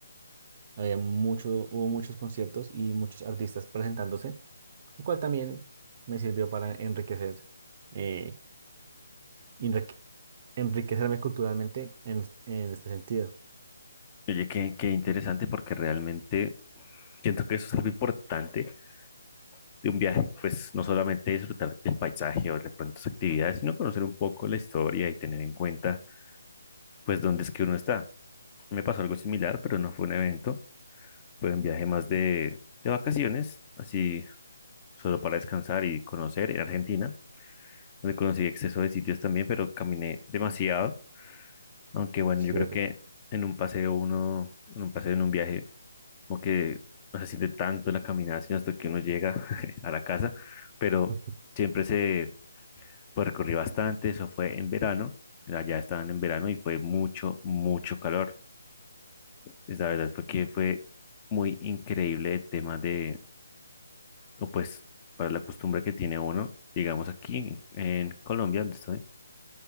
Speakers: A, on the right; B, on the left.
A: había mucho, hubo muchos conciertos y muchos artistas presentándose, lo cual también me sirvió para enriquecer, eh, enrique- enriquecerme culturalmente en, en este sentido.
B: Oye, qué, qué interesante porque realmente siento que eso es algo importante de un viaje, pues no solamente disfrutar del paisaje o de pronto sus actividades, sino conocer un poco la historia y tener en cuenta pues dónde es que uno está. Me pasó algo similar, pero no fue un evento, fue un viaje más de, de vacaciones, así solo para descansar y conocer en Argentina, donde conocí exceso de sitios también, pero caminé demasiado, aunque bueno,
A: Chévere.
B: yo creo que en un paseo uno, en un paseo en un viaje como que no se siente tanto la caminación hasta que uno llega <laughs> a la casa, pero
A: <laughs>
B: siempre se pues, recorrí bastante, eso fue en verano, allá estaban en verano y fue mucho, mucho calor. Es La verdad fue que fue muy increíble el tema de, o pues para la costumbre que tiene uno, digamos aquí en, Colombia, donde estoy,